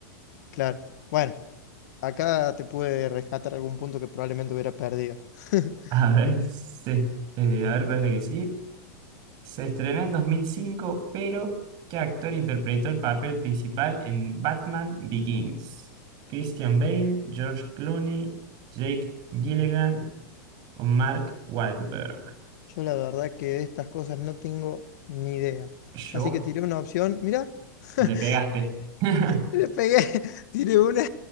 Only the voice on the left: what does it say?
Claro. Bueno, acá te pude rescatar algún punto que probablemente hubiera perdido. <laughs>
Yo la verdad que de estas cosas no tengo ni idea.
Así que tiré una opción. Mira, <laughs>
le pegué. <laughs> Tiré una